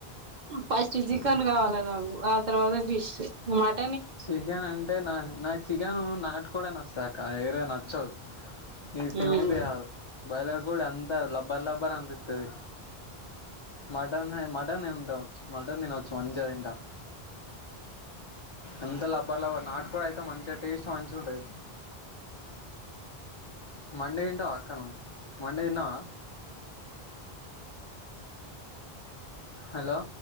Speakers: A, on the right; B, on the left.
A: ఫస్ట్ చికెన్ గావాలా నాకు ఆ తర్వాత ఫిష్ మ
B: చికెన్ అంటే నా నాక్ చికెను నాటు కోడె నచ్చుతది అక్క వేరేది నచ్చదు ఇది తినబుద్ది
A: ఉమ్
B: గాదు బాయిలర్ కోడి అంత లబ్బర్ లబ్బర్ అనిపిత్తది మటనె మటన్ తింటొచ్చు మటన్ తినోచ్చు మంచిగ తింటా అంత లబ్బర్ లవ్వ నాటు కోడైతే మంచిగ టేస్ట్ మంచిగా ఉండేది మండే తింటావా ఆక్క నువ్వు మండే తిన్నావా హలో